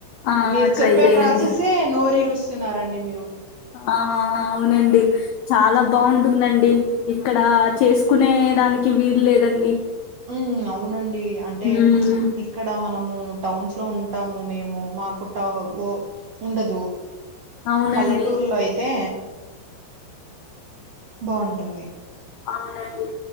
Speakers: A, on the left; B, on the right.
A: ఆ
B: మీరు
A: ట్రై
B: చెప్పే
A: చేయండి
B: ప్రాసెస్సే నోరురిస్తున్నారండి మీరు
A: ఆ అవునండి చాలా బాగుంటుందండి ఇక్కడ చేసుకునే దానికి వీలు లేదండి
B: ఉమ్ అవునండి అంటే
A: ఉమ్
B: ఇక్కడ మనము టౌన్స్లో ఉ ఉంటాము మేము మా కుట్ట ఓ ఉండదు
A: అవునండి
B: పల్లెటూరులో అయితే బాగుంటుంది
A: అవునండి